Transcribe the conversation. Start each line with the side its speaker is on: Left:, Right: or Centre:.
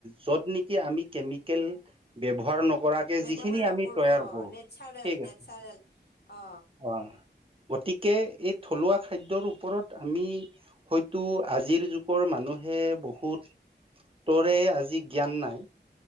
Right: যত নেকি আমি কেমিকেল ব্যৱহাৰ নক কৰাকে
Left: ব্যৱহাৰ
Right: যিখিনি আমি
Left: নকৰো
Right: তৈয়াৰ
Left: অ
Right: কৰোঁ
Left: নেচাৰেল
Right: ঠিক আছে
Left: নেচাৰেল অ
Right: অ। গতিকে এই থলুৱা খাদ্যৰ ওপৰত আমি হয়তো আজিৰ যুগৰ মানুহ মানুহে বহু হুতৰে আজি জ্ঞান নাই